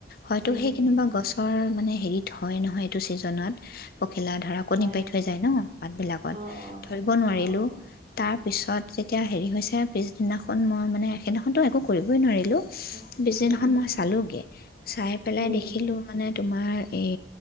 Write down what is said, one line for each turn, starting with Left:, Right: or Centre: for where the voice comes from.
Left: হয়তো
Right: উম উম উম
Left: সেই কেনোবা গছৰ মানে হেৰিত হয় নহয় এইটো ছিজনত পখিলা ধৰা কণী
Right: অ অ
Left: পাই থৈ যায় ন পাতবিলাকত
Right: অ
Left: ধৰিব নোৱাৰিলো
Right: অ অ অ
Left: তাৰপিছত যেতিয়া হ য়া পিছদিনাখন মই মানে এ সেইনাখনতো একো কৰিবই নোৱাৰি
Right: উম
Left: দিনাখন
Right: উম
Left: মই চালোঁগৈ চাই পেলাই
Right: উম
Left: দেখিলো মানে তোমাৰ এই